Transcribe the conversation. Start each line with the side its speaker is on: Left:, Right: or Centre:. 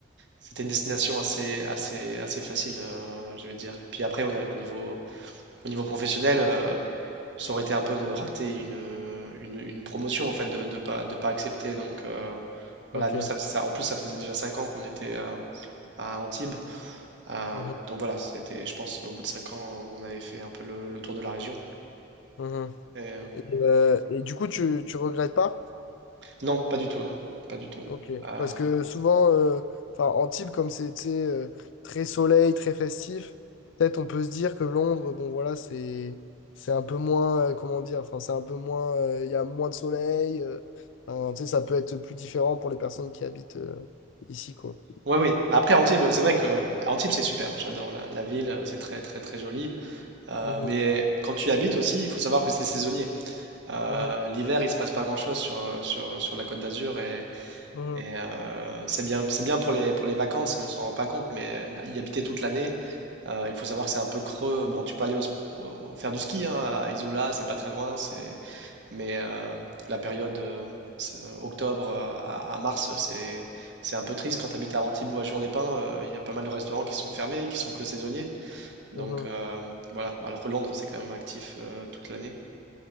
Right: c'était une destination assez, assez, assez facile, euh, je vais dire. Et puis après, ouais, au niveau, au niveau professionnel, euh, ça aurait été un peu de rater une, euh, une, une promotion en fait, de, de pas, de pas accepter. Donc euh, voilà,
Left: Ok.
Right: nous, ça, ça- en plus, ça faisait déjà 5 ans qu'on était euh, à Antibes. Euh,
Left: Mhm.
Right: donc voilà, c'était, je pense, au bout de 5 ans, on avait fait un peu le le tour de la région.
Left: Mhm.
Right: Et, euh,
Left: Et, euh, et du coup, tu, tu regrettes pas?
Right: Non, pas du tout, non, pas du tout.
Left: Ok.
Right: Euh,
Left: Parce que souvent, euh, enfin, Antibes, comme c'est tu sais, euh, très soleil, très festif, peut-être on peut se dire que Londres, bon voilà, c'est c'est un peu moins, euh, comment dire, enfin, c'est un peu moins, euh, il y a moins de soleil. euh, enfin, tu sais, ça peut être plus différent pour les personnes qui habitent euh, ici, quoi.
Right: ouais, oui. Bah Après, Antibes, c'est vrai que Antibes, c'est super. hein, J'adore la, la ville, euh, c'est très, très, très joli. Euh,
Left: Mhm,
Right: mais quand tu y habites aussi, il faut savoir que c'est saisonnier. Euh,
Left: mhm,
Right: l'hiver, il se passe pas grand-chose sur, euh, sur, sur la Côte d'Azur et,
Left: mhm,
Right: Et euh, c'est bien, c'est bien pour les, pour les vacances et on s'en rend pas compte, mais euh, y habiter toute l'année, euh, il faut savoir que c'est un peu creux. Bon, tu peux aller au sp- au- faire du ski hein, à Isola, c'est pas très loin, c'est... mais euh, la période euh, c'est, euh, octobre euh, à, à mars, c'est, c'est un peu triste. Quand tu habites à Antibes ou à Juan-les-Pins, euh, il y a pas mal de restaurants qui sont fermés, qui sont que saisonniers. Donc
Left: mhm.
Right: euh, voilà, alors que Londres, c'est quand même actif euh, toute l'année.